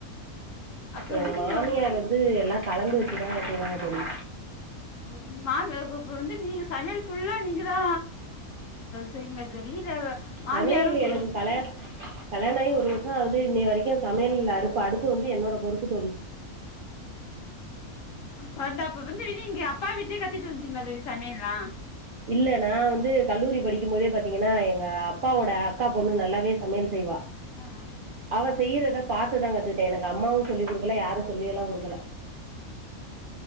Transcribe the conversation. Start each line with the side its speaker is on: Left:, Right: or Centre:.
Left: அப்ப
Right: எங்க
Left: வந்து நீங்க
Right: மாமியார் வந்து எல்லா கலந்து வச்சுதா செய்வாங்க தோழி
Left: இப்போ நீங்க மாமியார் கூப் வந்து நீங்க சமையல் ஃபுல்லா நீங்கதா செய்விங்ளா தோழி இல்ல மாமியாரு
Right: சமையல்
Left: செய்வாங்
Right: எனக்கு கல கல்யாண ஆயி ஒரு வருஷோ ஆவுது இன்னய வரைக்கு சமையல்ல அடுப்பு அடுப்பு வந்து என்னோட பொறுப்பு தோழி
Left: வந்து அப்ப வந்து இங்க அப்பா வீட்லே கத்துட்டு வந்ட்டீங்களா தோழி சமையல்லா
Right: இல்ல நா வந்து கல்லூரி படிக்கும்போதே பாத்தீகன்னா எங்க அப்பா ஓட அக்கா பொண்ணு நல்லாவே சமையல் செய்வா
Left: அ
Right: அவ செய்யறத பாத்துதா கத்துக்கிட்ட எனக்கு அம்மாவு சொல்லி குடுக்கல யாரு சொல்லியலா குடுக்கல